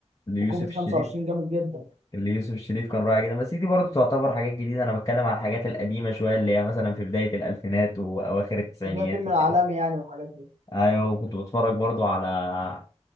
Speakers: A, on the left; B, on the right.
A: ليوسف
B: وكوفيد
A: الشريف
B: 25 جامد جدا
A: اللي يوسف الشريف كان رائع جدا بس دي برضه تعتبر حاجات جديدة أنا بتكلم على الحاجات القديمة شوية اللي هي مثلا في بداية الألفينات وأواخر التسعينيات
B: زي فيلم
A: وكده
B: العالمي يعني والحاجات دي
A: أيوة وكنت بتفرج برضه على